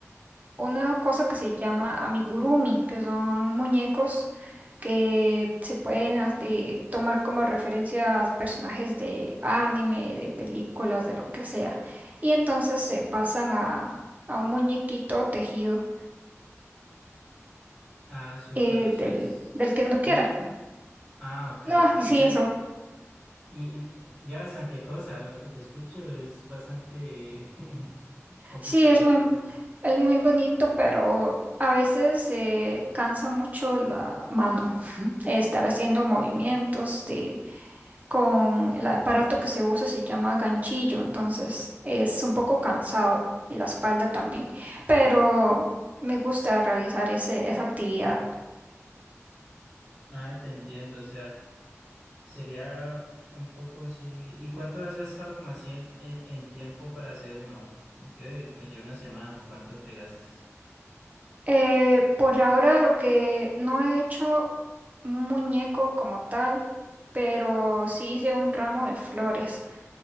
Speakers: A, on the right; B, in the centre.
A: una cosa que se llama amigurumi, que son muñecos que se pueden as- de- tomar como referencias personajes de anime, de películas, de lo que sea. Y entonces se pasan a, a un muñequito tejido
B: Ah, súper,
A: eh,
B: o sea,
A: del,
B: es...
A: del que uno quiera.
B: Dime, dime. Ah, ok,
A: No,
B: ok. Y
A: sí,
B: ya,
A: eso.
B: y en- eh, ya bastante cosa, lo que te escucho es bastante <laughs> complicadito.
A: Sí, es muy, es muy bonito, pero a veces se cansa mucho la mano. estar haciendo movimientos de, con el aparato que se usa se llama ganchillo, entonces es un poco cansado y la espalda también, pero me gusta realizar ese, esa actividad.
B: Ah, te entiendo, o sea. Sería un poco sí. ¿Y cuánto has gastado como así en, en- en tiempo para hacer uno? Como Que me lleva unas semanas o cuánto te gastas.
A: Eh, por ahora lo que no he hecho un muñeco como tal, pero sí hice un ramo de flores